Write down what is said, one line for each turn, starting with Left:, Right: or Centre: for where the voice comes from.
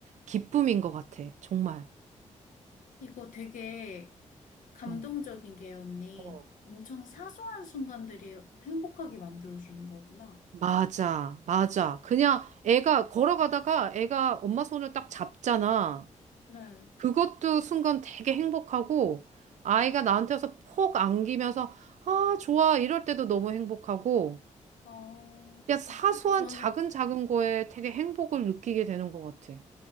Right: 기쁨인 것 같아. 정말.
Left: 이거 되게 감동적인
Right: 응.
Left: 게, 언니.
Right: 어.
Left: 엄청 사소한 순간들이 행복하게 만들어주는 거구나.
Right: 맞아, 맞아. 그냥 애가 걸어가다가 애가 엄마 손을 딱 잡잖아.
Left: 네.
Right: 그것도 순간 되게 행복하고 아이가 나한테 와서 폭 안기면서 아, 좋아. 이럴 때도 너무 행복하고
Left: 어.
Right: 그냥 사소한
Left: 저는
Right: 작은 작은 거에 되게 행복을 느끼게 되는 것 같아.